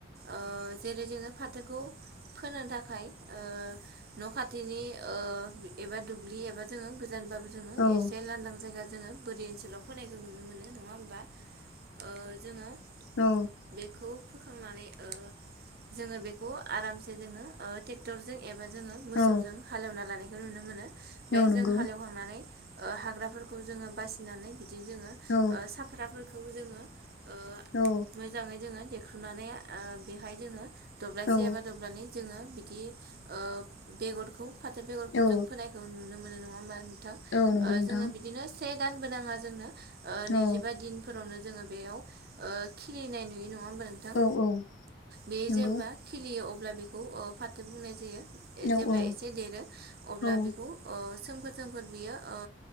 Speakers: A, on the right; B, on the left.
A: ओ जेरै जोङो फाथोखौ फोनो थाखाय ओ न खाथिनिओ एबा दुब्लि एबा जोङो गो जानबाबो जोङो
B: औ
A: एसे लांदां जायगा जोङो बोरि ओनसोलाव फोनायखौ नुनो मोनो नङा होनोमबा ओ जोङो
B: औ
A: बेखौ फोखांनानै ओ जोङो बेखौ आरामसे जोङो ओ ट्रेक्टर जों एबा जोङो मोसौजों
B: औ
A: हालेवना लानायखौ नुनो मोनो बेहाय
B: औ नंगौ
A: जों हालेवखांनानै ओ हाग्राफोरखौ जोङो बासिनानै बिदि जोङो
B: औ
A: ओ साफ्राफोरखौ जोङो ओ
B: औ
A: मोजाङै जोङो देख्रुनानै आ बेहाय जोङो दब्लायसे
B: औ
A: एबा दब्लानै जोङो बिदिओ बेगरखौ फाथो बेगरखौ
B: औ
A: जों फोनायखौ नुनो मोनो नङा होमाबा नोंथां
B: औ नंगौ
A: ओ
B: नोंथां
A: जोङो बिदिनो से दानसो नाङा जोंनो नैजिबा
B: औ
A: दिन नावनो जोङोओ बेयाव खिरलनाय नुयो न नङा होमबा नोंथां
B: औ औ
A: बे
B: नंगौ
A: जेब्ला खिलियो अब्ला ओ बेखौ फाथो बुंनाय जायो
B: औ
A: जेब्ला
B: औ
A: एसे देरो अब्ला
B: औ
A: बेखौओ सोमखोर सोमखोर बियो ओ